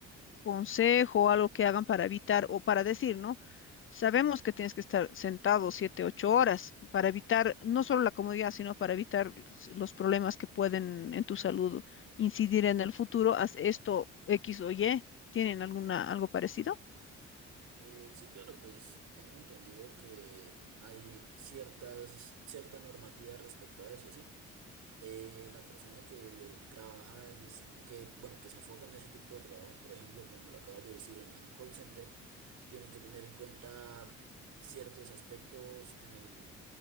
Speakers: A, on the left; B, on the right.
A: consejo, algo que hagan para evitar o para decir, ¿no? Sabemos que tienes que estar sentado siete, ocho horas para evitar no solo la comodidad, sino para evitar s- los problemas que pueden en tu salud incidir en el futuro. Haz esto X o Y. ¿Tienen alguna algo parecido?
B: Eh, sí, claro, pues tengo entendido que hay ciertas, cierta normativa respecto a eso, ¿sí? eh, la persona que trabaja en ese, que, bueno, que se enfoca en ese tipo de trabajos, por ejemplo, como me lo acabas de decir, en un call center, tienen que tener en cuenta ciertos aspectos en el,